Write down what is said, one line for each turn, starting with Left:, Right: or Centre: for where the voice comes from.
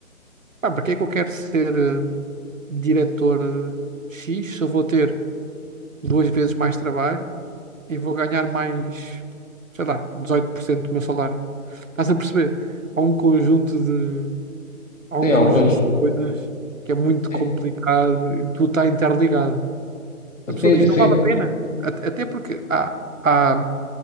Right: ah, para que é que eu quero ser eh, diretor eh, X se eu vou ter duas vezes mais trabalho e vou ganhar mais, sei lá, 18% do meu salário? Estás a perceber? Há um conjunto de, há um
Left: sim,
Right: conjunto
Left: há um conjunto.
Right: de coisas que é muito
Left: Sim,
Right: complicado e tudo está interligado. A pessoa
Left: sim,
Right: diz,
Left: sim,
Right: não vale a pena. At- Até porque há, há,